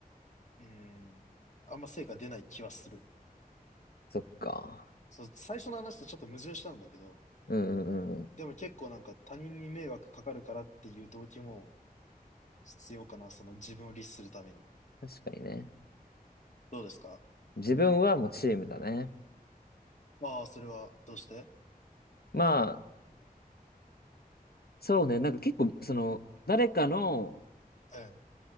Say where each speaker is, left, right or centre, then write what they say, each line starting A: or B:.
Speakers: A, on the left (about 50°); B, on the left (about 80°).
A: うん。あんま成果出ない気はする。
B: そっか。
A: そう、最初の話とちょっと矛盾したんだけど、
B: うんうんうんうん。
A: でも結構なんか他人に迷惑かかるからっていう動機も必要かな、その自分を律するために。
B: 確かにね。
A: どうですか
B: 自分はもうチームだね。
A: ああ、それはどうして
B: まあ、そうね。なんか結構、その、誰かの、
A: ええ。